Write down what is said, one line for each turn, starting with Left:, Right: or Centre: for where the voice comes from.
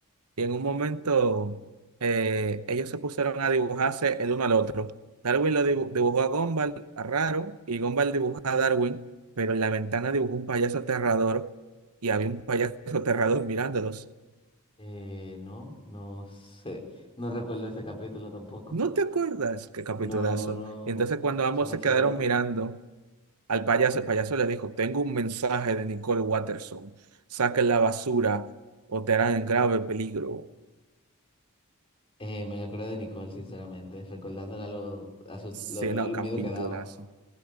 Right: y en un momento eh, ellos se pusieron a dibujarse el uno al otro. Darwin lo dibu- dibujó a Gumball, a Raro, y Gumball dibujó a Darwin, pero en la ventana dibujó un payaso aterrador y había un payaso aterrador mirándolos.
Left: Eh, no, no sé. No recuerdo ese capítulo tampoco.
Right: ¿No te acuerdas? Qué capitulazo.
Left: No, no,
Right: Y entonces cuando ambos
Left: suena
Right: se
Left: chévere.
Right: quedaron mirando al payaso, el payaso le dijo, tengo un mensaje de Nicole Watterson. Saquen la basura o te harán en grave peligro.
Left: Eh, me acuerdo de Nicole, sinceramente, recordándole a, lo- a sus-
Right: Sí,
Left: lo- el
Right: no, capitulazo.
Left: miedo que daba.